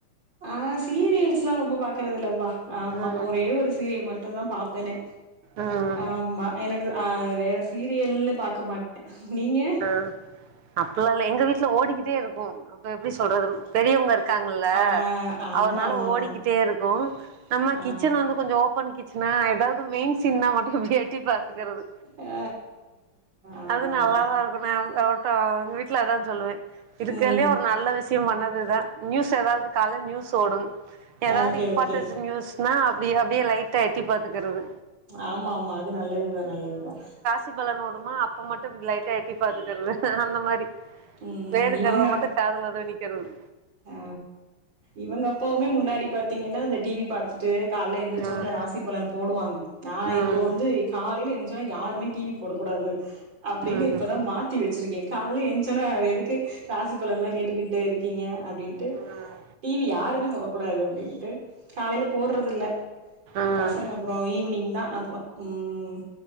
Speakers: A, on the right; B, on the right.
A: அ சீரியல்ஸ்ல்லா ரொம்ப பாக்குறது இல்லப்பா ஆமா
B: ம்
A: ஒரே ஒரு சீரியல் மட்டுதா பாப்பேனே
B: ம்
A: ஆம்மா எனக்கு அ வேற சீரியல்னு பாக்க மாட்டே நீங்க
B: ஆ அப்பில்லா இல்ல எங்க வீட்ல ஓடிகிட்டே இருக்கு அப்ப எப்டி சொல்றதும் பெரியவுங்க இருக்காங்கில்ல
A: ஆ ஆமா
B: அவர்னால
A: ஆமா
B: ஓடிகிட்டே
A: ஆமா
B: இருக்கு நம்ம
A: ஆ
B: கிச்சன வந்து கொஞ்சோ ஓப்பன் கிச் சனா எதாவது மெயின் சீன்னா மட்டு <unintelligible> ட்டிப் பாத்துகிறது
A: ஆ ஆமா
B: அது நல்லாதாருக்
A: ஆமா
B: <unintelligible> வீட்ல அதா சொல்லுவே இருக்கல்லியே
A: ம்
B: ஒரு நல்ல விஷ்யம் பண்ணதுதா நியூஸ் எதாவது காலைல் நியூஸ் ஓடு எதாவது
A: ஓகே
B: இம்பார்ட்டஸ்
A: ஓகே
B: நியூஸ் னா அப்டி அப்டியே லைட்டா எட்டிப் பாத்துக்கிறது
A: ஆமா ஆமா அது நல்லதுதா நல்லதுதா
B: சிப் பலன் ஓடுமா அப்ப மட்டுப் லைட்டா எட்டிப் பாத்துக்கிறது அந்த மாரி
A: ம்
B: வேணுங்கிறத
A: இவங்க
B: மட்டுக் காதுல துணிக்கிறது
A: ஆ இவங்க அப்பாவுமே முன்னாடிப் பாத்தீங்கின்னா இந்த டி விப் பாத்துட் டு கால்ல எந்திரச்சோனே
B: ம்
A: இந்த ராசிபலன் போடுவாங்க நா
B: ம்
A: இப்போ வந்து காலைல எஞ்சோனே யாருமே டி விப் போடக்கூடாது அப்டினு
B: ம்
A: இப்பதா மாத்தி வெச்சிருக்கே கால்ல எஞ்சோனே அது எதுக்கு ராசிபலன்லா கேட்டு கிட்டு இருக்கீங்க அப்டின்ட்டு
B: ம்
A: டி வி யாருமே தொடக்கூடாது அப்டின்ட்டு காலைலப் போர்றதில்ல
B: ம்
A: பசங்க அப்றோ ஈவினிங்தா அப்றோ ம் ம்